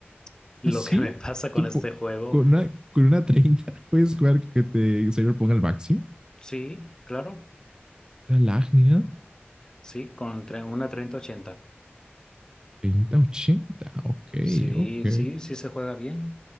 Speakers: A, on the left; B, on the right.
A: <laughs> Lo
B: ¿Ah, sí?
A: que me <laughs> pasa con
B: ¿Tú
A: este
B: po-
A: juego,
B: con una, con una 30 <laughs> puedes jugar que te Cyber ponga el máximo?
A: sí, claro,
B: La lag ni nada.
A: sí, con tre- una treinta ochenta
B: 30, 80. Ok,
A: Sí,
B: ok.
A: sí, sí se juega bien,